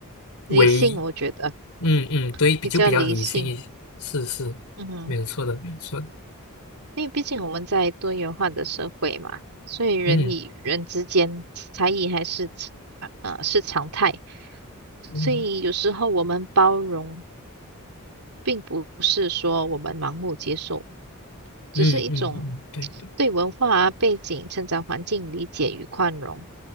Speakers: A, on the left; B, on the right.
A: 为，
B: 理性我觉得
A: 嗯嗯，对，比就比较理性一些，
B: 比较理性。
A: 是是，
B: 嗯，
A: 没有错的，没有错的，
B: 因为毕竟我们在多元化的社会嘛，所以人与人之间差异还是
A: 嗯
B: 呃是常态，
A: 嗯
B: 所以有时候我们包容，并不是说我们盲目接受，只是一种
A: 嗯嗯嗯，对对，
B: 对文化啊背景、成长环境理解与宽容。